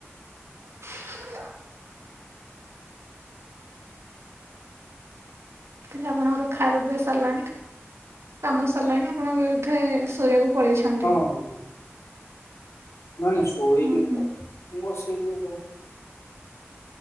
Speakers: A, on the right; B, on the left.
A: <inaudible> କିରେ ଆପଣଙ୍କର ଖାଇବା ପିଇବା ସାରିଲାଣି କାମ ସାରିଲାଣି ଆପଣ ବୋଧେ ଶୋଇବାକୁ ପଳେଇଛନ୍ତି।
B: ହୁଁ ହୁଁ। ନାଁଇ ନାଁଇ ଶୋଇନି
A: ହୁଁ ହୁଁ
B: ତ ବସିଛି <unintelligible>